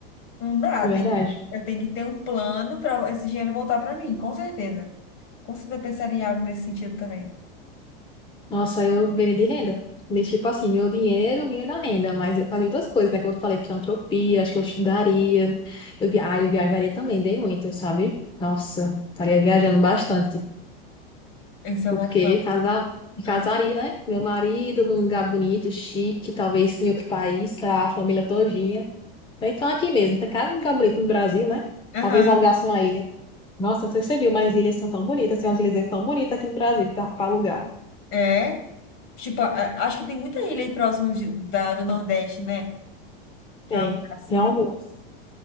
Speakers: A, on the left; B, on the left.
A: não dá.
B: De
A: Tem,
B: verdade.
A: eu tenho que ter um plano para esse dinheiro voltar para mim, com certeza. Com certeza eu pensaria em algo nesse sentido também.
B: Nossa, eu viria de renda. De, tipo assim, meu dinheiro vinha da renda, mas eu fazia outras coisas, né? Como eu falei, filantropia, acho que eu estudaria. Eu, via- ah, eu viajaria também, bem muito, sabe? Nossa, estaria viajando bastante.
A: Esse é
B: Porque
A: o meu plano.
B: casar, me casaria,
A: Ah.
B: né? com Meu marido num lugar bonito, chique, talvez em outro país, com a família todinha. Ou então aqui mesmo, tem cada lugar bonito no Brasil, né?
A: Aham.
B: Talvez alugasse uma ilha. Nossa, não sei se você viu, mas ilhas são tão bonitas, tem umas ilhas tão bonitas aqui no Brasil para alugar.
A: É. Tipo, a- acho que tem muita ilha aí próximo de- da, do Nordeste, né? Pra
B: Tem,
A: alugar assim.
B: tem
A: né?
B: algumas.